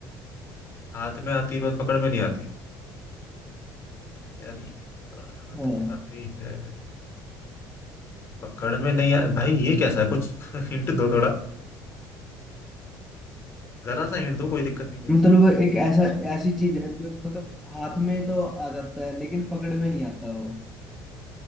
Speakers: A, on the left; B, in the centre.
A: हाथ में आती है बस पकड़ में नहीं आती है यार ये हाथ
B: हाँ
A: में आती है पकड़ में नहीं आ... भाई ये कैसा है कुछ <laughs> हिंट दो थोड़ा जरा सा हिंट दो कोई दिक्कत नहीं है
B: मतलब एक ऐसा ऐसी चीज है जो मतलब हाथ में तो आ जाता है लेकिन पकड़ में नहीं आता वो